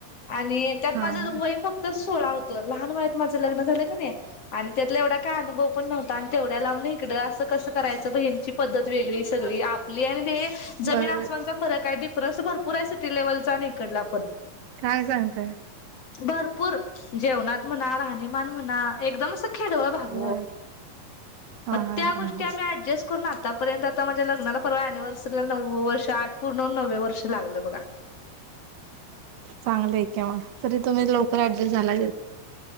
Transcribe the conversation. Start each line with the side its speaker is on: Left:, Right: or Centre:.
Left: आणि त्यात
Right: हा
Left: माझं
Right: हा
Left: वय फक्त सोळा होतं लहान वयात माझं लग्न झालं आणि त्यातला एवढा काय अनुभव पण नव्हता आणि तेवढ्या लांब न इकडं असं कस करायच ह्याची पद्धत वेगळी सगळी आपली आणि ते जमीन
Right: बरोबर
Left: आसनचा फरक आहे डिफरन्स भरपूर पुऱ्या सिटी लेव्हलचा नाही इकडला पण
Right: काय सांगतय.
Left: भरपूर जेवणात म्हणा राहणीमान म्हणा एकदम खेडवळ भाग हो
Right: बर हा
Left: प
Right: हा
Left: त्या
Right: हा
Left: गोष्टी
Right: हा
Left: आम् अडजस्ट करून आतापर्यंत आ माझ्या लग्नाला परवा अनिव्हर्सरीला नव्व वर्ष आठ, पूर्ण नववे वर्ष लागलं बघा.
Right: चांगलं आहे केव्हा तरी तुम्ही लवकर ऍडजस्ट झाला.